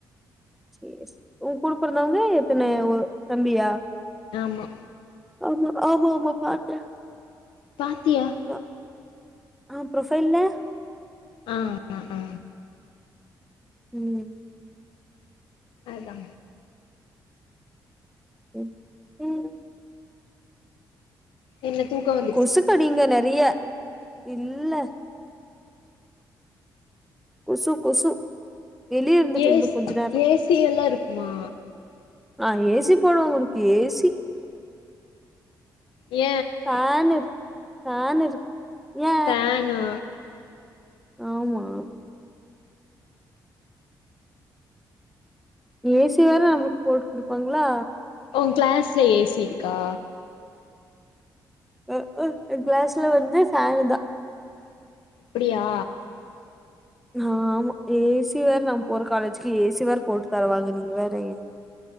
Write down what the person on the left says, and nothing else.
ஆமா
பாத்தியா
அ அ ஆ
அதா
என்ன தூக்கோவரு
ஏஷ்
ஏ சி எல்லா இருக்குமா
ஏ
ஃபேனா
உங்கிளாஸ்ல ஏ சி இருக்கா
அப்டியா